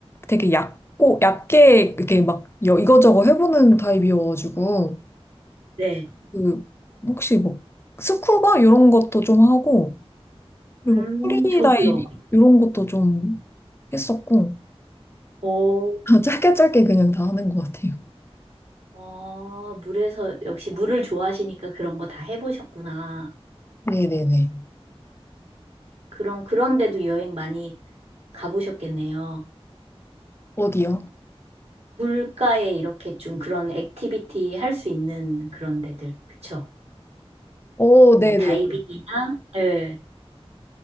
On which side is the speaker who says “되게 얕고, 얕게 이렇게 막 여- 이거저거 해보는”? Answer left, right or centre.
Left